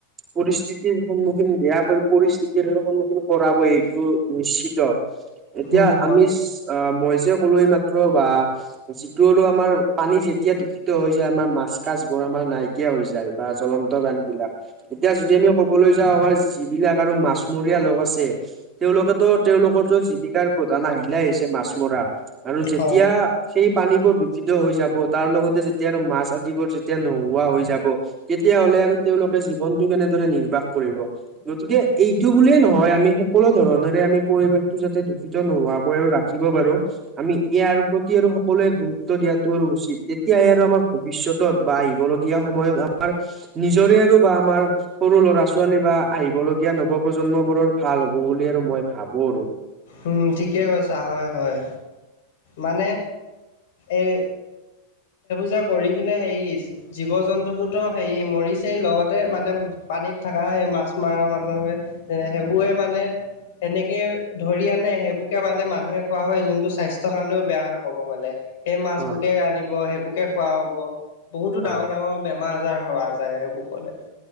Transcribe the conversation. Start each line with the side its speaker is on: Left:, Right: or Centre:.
Right: পৰিস্থিতিৰ সন্মুখীন বেয়াকৈ পৰিস্থিতিৰ সন্মুখীন কৰাবই, এইটো নিশ্চিত। এতিয়া
Left: উম হয়
Right: আমি ইছ, আ, মই যে ক'লো এইমাত্ৰ বা যিটো আৰু আমাৰ পানী যেতিয়া দূষিত হৈ যায়, আমাৰ মাছ কাছবোৰ আমাৰ নাইকিয়া হৈ যায়। বা জলন্ত প্ৰাণীবিলাক। এতিয়া যদি আমিও ক'বলৈ যাওঁ, আমাৰ যিবিলাক আৰু মাছমৰীয়া লোক আছে। তেওঁলোকেটো তেওঁলোকৰটো জীৱিকাৰ প্ৰধান আহিলাই হৈছে মাছ মৰা আৰু যেতিয়া
Left: হয়
Right: সেই পানীবোৰ দূষিত হৈ যাব, তাৰলগতে যেতিয়া আৰু মাছ আদিবোৰ যেতিয়া নোহোৱা হৈ যাব। তেতিয়াহ'লে আৰু তেওঁলোকে জীৱনটো কেনেদৰে নিৰ্বাহ কৰিব? গতিকে, এইটো বুলিয়ে নহয় আমি সকলো ধৰনেৰে আমি পৰিৱেশটো যাতে দূষিত নোহোৱাকৈ আৰু ৰাখ খিব পাৰোঁ আমি ইয়াৰ প্ৰতি আৰু স সকলোৱে গুৰুত্ব দিয়াটো আৰু উচিত, তেতিয়াহ'লে আৰু আমাৰ ভৱিষ্যতত বা আহিবলগীয়া সময়ত আমাৰ নিজৰে আৰু বা আমাৰ সৰু ল'ৰা-ছোৱালী বা আহিবলগীয়া নৱপ্ৰজন্মবোৰৰ ভাল হ'ব বুলি আৰু মই ভাবোঁ আৰু।
Left: উম, ঠিকে কৈছা, হয়, হয়। মানে, এই সেই <unintelligible> কৰি কিনে হেৰি জীৱ-জন্তুবোৰটো হেৰি মৰিছেই, লগতে মানে পানীত থকা সেই মাছ মৰা মানুহে এ সেইবোৰে মানে <unintelligible> সেনেকেই ধৰি আনে, সেইবোৰকে মানে মানুহে খোৱা হয়, যোনটো স্বাস্থ্য <unintelligible> স্বাস্থ্যৰ কাৰণেও বেয়া হয় কব গ'লে। সেই মাছবোৰকে
Right: হয়
Left: আনিব, সেইবোৰকে খুৱা হব। <unintelligible> বহুতো
Right: হয়
Left: ডাঙৰ-ডাঙৰ বেমাৰ-আজাৰ হোৱা যায়, সেইবোৰ ক'লে। <inaudible>